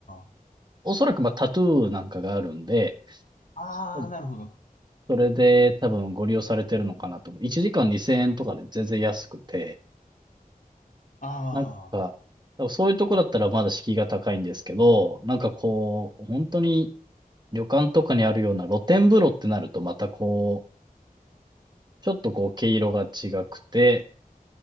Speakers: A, on the left; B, on the right.
A: あ。
B: おそらくまあ、タトゥーなんかがあるんで、
A: ああ、
B: 多分
A: なるほど。
B: それで多分ご利用されてるのかなと思う。1時間2000円とかで全然安くて、
A: ああ。
B: なんか、多分そういうとこだったらまだ敷居が高いんですけど、なんかこう、本当に旅館とかにあるような露天風呂ってなるとまたこう、ちょっとこう毛色が違くて、